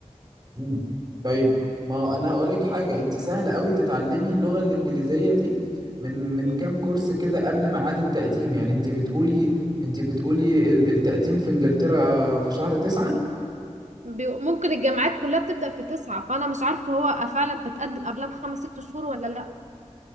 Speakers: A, on the right; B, on the right.
A: مم. طيب ما انا هقول لك حاجه انت سهل قوي تتعلمي اللغه الانجليزيه دي من من
B: مم.
A: كام كورس كده قبل ميعاد التقديم يعني انت بتقولي انت بتقولي ال- التقديم في انجلترا في شهر 9
B: بي- ممكن الجامعات كلها بتبدأ في تسعة فانا مش عارفة هو فعلا بتقدم قبلها بخمس ست شهور ولا لا